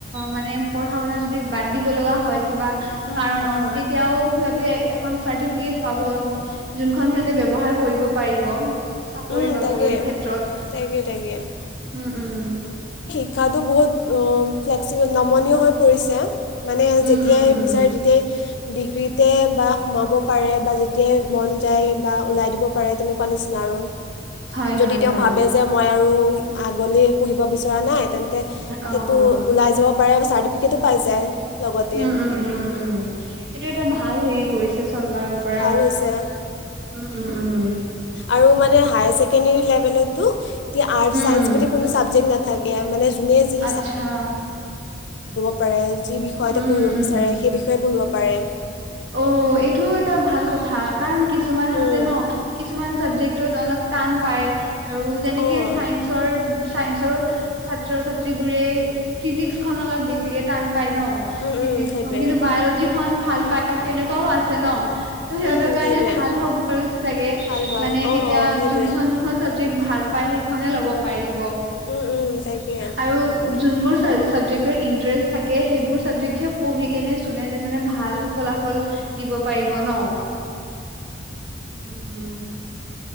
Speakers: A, on the right (about 70°); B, on the left (about 75°).
A: মানে পঢ়া-শুনা যদি বাদ দিব লগা হয়। কিবা
B: উম,
A: কাৰণত
B: উম, উম।
A: তেতিয়াও সিহঁতে এখন চাৰ্টিফিকেট পাব যোনখন সিহঁতে ব্যৱহাৰ কৰিব পাৰিব। চাকৰি-বাকৰিৰ
B: উম, তাকে,
A: ক্ষেত্ৰত
B: তাকে, তাকে।
A: উম-উম।
B: শিকাতো বহুত অ' ফ্লেক্স নমনীয় হৈ মানে
A: উম
B: যেতিয়াই
A: উম উম
B: বিচাৰে তেতিয়াই ডিগ্ৰীতে বা সোমাব পাৰে বা যেতিয়াই মন যায় বা ওলাই দিব পাৰে, তেনেকুৱা নিচিনা আৰু
A: হয়
B: যদি
A: হয়
B: তেওঁ
A: হয়
B: ভাবে যে মই আৰু আগলৈ পঢ়িব বিচৰা নাই তেন্তে সেইটো
A: অ অ
B: ওলাই যাব পাৰে, চাৰ্টিফিকেটো পাই যায়। লগতে
A: উম উম উম উম উম সেইটো এটা ভাল হেৰি কৰিছে চৰকাৰ। ত' পৰা
B: ভাল হৈছে
A: উম-উম-উম।
B: আৰু মানে হায়াৰ ছেকেণ্ডৰী লেভেলতো এতিয়া আৰ্ট
A: উম
B: চাইন্স
A: উম
B: বুলি কোনো ছাবজেক্ট নাথাকে। মানে যোনে যি
A: আচ্ছা
B: য়ে পাৰে, যি বিষয়ে
A: উম
B: পঢ়িব
A: উম উম
B: বিচাৰে, সেই বিষয়তে পাৰে।
A: অ' এইটো এটা ভাল কথা কাৰণ কি কিছুমান আছে
B: উম
A: ন' কিছুমান চাবজেক্টত অলপ টান পায়। আৰু যেনেকে
B: অঁ
A: চাইন্সৰ চাইন্স ছাত্ৰ-ছাত্ৰী বোৰে ফিজিক্স খন অলপ বেছিকে টান পাই ন
B: উম
A: ফিজিক্স
B: উম সেইটোৱে
A: খন কিন্তু বায়লজি খন ভাল পায়, তেনেকুৱাও আছে ন'। ত' সিহঁতৰ
B: উম
A: কাৰণে
B: সেইটোৱে
A: ভাল হ'ব চাগে
B: ভাল হয়
A: মানে
B: অঁ
A: তেতিয়া
B: অঁ সেইটোৱে
A: যোনখন-যোনখন চাবজেক্ট ভাল ভাল পাই সেইখনে ল'ব। পাৰিব
B: উম উম তাকে
A: আৰু যোনবোৰ চাবজেক্টৰ ইন থাকে সেইবোৰ ছাবজেক্টে পঢ়ি কেনে ষ্টুডেণ্ট এজনে ভাল ফলাফল দিব পাৰিব ন' উম'।